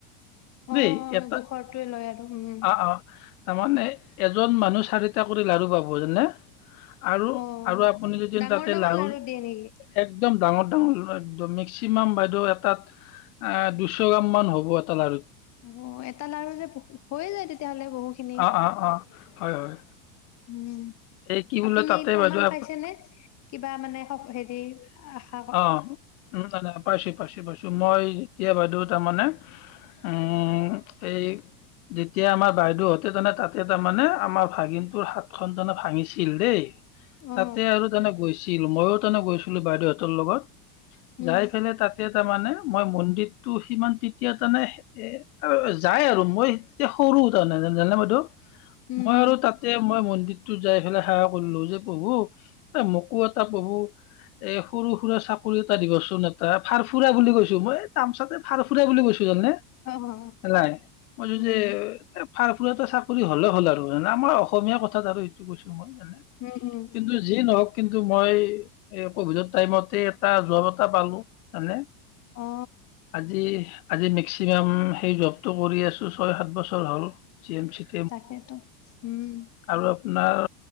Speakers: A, on the left (about 65°); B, on the left (about 35°).
A: দেই।
B: অ
A: এটা
B: জোখৰটোৱে লয় আৰু উম
A: অহ অহ তামানে এজন মানুহ চাৰিটা কৰি লাৰু পাব জানে? আৰু
B: অ
A: আৰু আপুনি যদিন
B: ডাঙৰ
A: তাতে
B: ডাঙৰ
A: লাৰু
B: দিয়ে নেকি?
A: এদম ডাঙৰ ডাঙৰ একদম, মেক্সিমাম বাইদেউ এটাত আ দুশ গ্ৰাম মান হ'ব এটা লাৰুত।
B: অহ এটা লাৰু যে হৈয়ে যায় তেতিয়াহলে বহুখিনি।
A: অ অ অ হয় হয়।
B: উম।
A: এই কি বোলে
B: আপুনি
A: তাতে
B: প্ৰমাণ
A: বাইদেউ আপ-
B: পাইছেনে? কিবা মানে হেৰি আহ
A: অহ। নাই নাই পাইছো পাইছো পাইছো। মই যেতিয়া বাইদেউ তামানে উম, এই যেতিয়া আমাৰ বাইদেউহঁতে তানে তাতে তামানে আমাৰ ভাগিনটোৰ হাত খন তানে ভাঙিছিল দেই।
B: অ
A: তাতে আৰু তেনে গৈছিল। মইও তেনে গৈছিলো, বাইদেউহতৰ লগত।
B: উম
A: যাই পেলাই তাতে তামানে মই মন্দিৰটো সিমান তেতিয়া তানে এ যাই আৰু মই তিয়া সৰু তামানে জানেনে বাইদেউ?
B: উম
A: মই
B: উম
A: আৰু তা তাতে মই মন্দিৰটোত যাই পেলাই সেৱা কৰিলো, যে প্ৰভু, এ মোকো এটা প্ৰভু এ সৰু সুৰা চাকৰি এটা দিবচোন এটাৰ ফাৰ ফুৰা বুলি কৈছো। মই তামচাতে ভাৰ ফুৰা বুলি কৈছো, জানানে?
B: অ অ
A: হলাই। মই যদি
B: উম
A: ফাৰফুৰাটা চাকৰি হ'লে হ'ল আৰু জানা? মই অসমীয়া কথাত আৰু এইটো কৈছো মই জানা?
B: হুম, উম।
A: যি নহওক কিন্তু মই এই কভিডৰ টাইমতে এটা জব এটা পালো। জানে
B: অ।
A: আজি আজি মেক্সিমাম সেই জবটো কৰি আছো ছয় সাত বছৰ হ'ল, জি এম চিত।
B: তাকে ত', উম।
A: আৰু আপোনাৰ